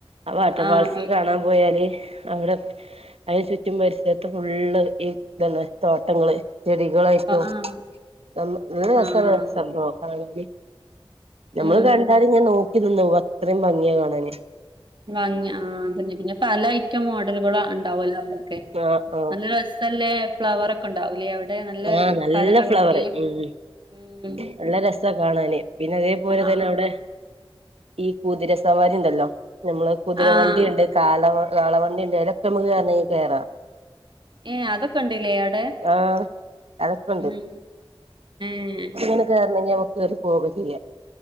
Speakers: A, on the right; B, on the right.
A: ആ വാട്ടർ
B: ആഹ്
A: ഫാൻസ് കാണാൻ പോയാല് അവിടെ അയിന് ചുറ്റും പരിസരത്ത് ഫുള്ള് ഈ ഇതന്നെ തോട്ടങ്ങള് ചെടികളായിട്ടും
B: ആഹ്
A: ന നല്ല രസാണ്
B: ആഹ്
A: സംഭവം കാണാന് ഞമ്മള്
B: ഉം
A: കണ്ടാല് ഇങ്ങനെ നോക്കി നിന്ന് പോവും അത്രയും ഭംഗിയാ കാണാന്
B: ഭംഗി ആഹ് അതന്നെ പിന്നെ പല ഐറ്റം മോഡലുകളും ഉണ്ടാവല്ലോ അവിടെ ക്കെ
A: ആഹ് ആഹ്
B: നല്ല രസല്ലേ ഫ്ലവർ ഒ ക്കെണ്ടാവുംല്ലെ അവടെ നല്ല
A: ആഹ് നല്ല
B: പല കളറില്
A: ഫ്ലവറ് ഉം
B: ഉം
A: നല്ല രസ കാണാന് പിന്നെ അതേപോലെ തന്നെ
B: ആഹ്
A: അവിടെ ഈ കുതിര സവാരിണ്ടല്ലോ നമ്മളെ കുതിര
B: ആഹ്
A: വണ്ടിണ്ട് കാളവ കാളവണ്ടിണ്ട് അയിലൊക്കെ നമുക്ക് കേറണങ്കിൽ കേറാം
B: ഏഹ് അതൊക്കെണ്ട്ല്ലേ അവിടെ
A: ആഹ് അതൊക്കെ
B: ഉം ഏഹ്
A: ക്കെ കേറണങ്കി നമുക്കേറി പോവൊക്കെ ചെയ്യ